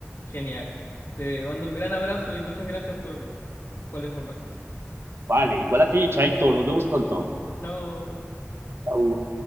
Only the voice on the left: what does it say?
Genial. Te mando un gran abrazo y muchas gracias por, por la información.
Chao.